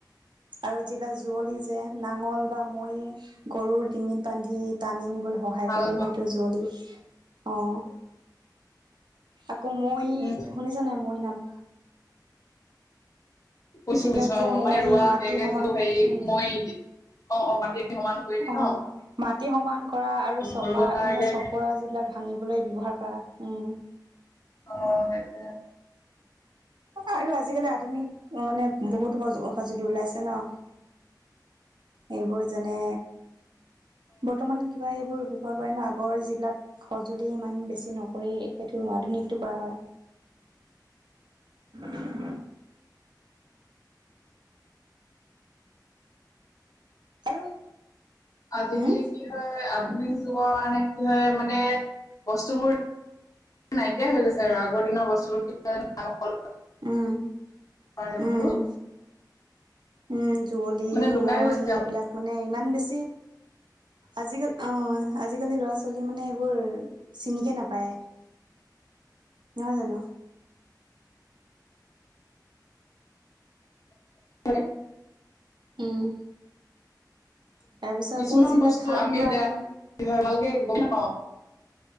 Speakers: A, on the right; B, on the left.
A: আৰু যিবিলাক যুঁৱলি যে নাঙল বা মৈ। গৰুৰ ডিঙিত বান্ধি টানি নিবলে সহায়
B: হাল
A: কৰে
B: ব
A: ন এইটো যুঁৱলি। অ'। আকৌ মৈ
B: উম
A: শুনিছা নাই মৈ নাম
B: <unintelligible> অ'
A: যিবিলাক যে মৈ
B: মানে ৰোৱা আগে
A: মাটি
B: আগে
A: সমান
B: যিবোৰ হেৰি
A: উম
B: মৈ অ', অ' মাটি সমান কৰি দিয়ে
A: অ'
B: ন
A: মাটি সমান কৰা আৰু চপা
B: মৰুৱাগে
A: মানে চপৰা যিবিলাক ভাঙিবলৈ ব্যৱহাৰ কৰা উম।
B: অ' সেইটোৱে।
A: আৰু আজিকালি আধুনিক মানে বহুত সজ, সঁজুলি ওলাইছে ন। এইবোৰ যেনে, বৰ্তমান কিবা এইবোৰ ব্যৱহাৰ কাৰণে আগৰ যিবিলাক সঁজুলি ইমান বেছি নকৰি এইটো আধুনিকটো কৰা হয়। <unintelligible> আৰু
B: আজিকালি
A: উম
B: কি হয় আধুনিক যুগৰ কাৰণে কি হয় মানে বস্তুবোৰ নাইকিয়া হৈ গৈছে আৰু আগৰ দিনৰ বস্তুবোৰ <unintelligible>
A: উম
B: সেইবোৰ
A: উম উম যুুঁৱলি,
B: মানে লুকাই
A: মৈ
B: গৈছে
A: এইবিলাক মানে ইমান বেছি আজিকালি অ' আজিকালি ল'ৰা ছোৱালী মানে এইবোৰ চিনিকে নাপায়, নহয় জানো।
B: হয়।
A: উম। তাৰপিছত
B: কিছুমান
A: আকৌ যিবিলাক
B: বস্তু
A: ধান
B: আমিও
A: ৰোৱা আৰু
B: <unintelligible> কি হয় ভালকে গমে নাপাওঁ।